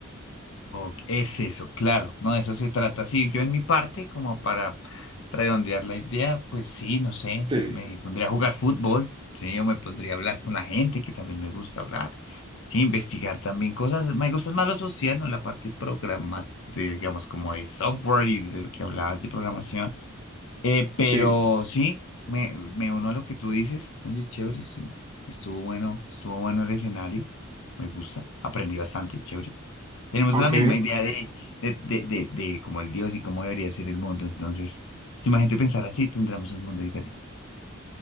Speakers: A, on the left; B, on the right.
A: Ok, es eso, claro, no, de eso se trata. Sí, yo en mi parte, como para redondear la idea, pues sí, no sé,
B: Sí,
A: me pondría a jugar fútbol, sí, yo me pondría a hablar con la gente, que también me gusta hablar, sí, investigar también cosas, me gusta más lo social, ¿no? La parte programa, de, digamos, como de software y de lo que hablabas de programación, Eh, pero
B: sí.
A: sí, me, me uno a lo que tú dices, oye, chévere, sí, estuvo bueno, estuvo bueno el escenario, me gusta, aprendí bastante, chévere. Tenemos
B: Ok,
A: la misma idea de, de, de, de, de cómo el Dios y cómo debería ser el mundo. Entonces, si más gente pensara así, tendremos un mundo diferente.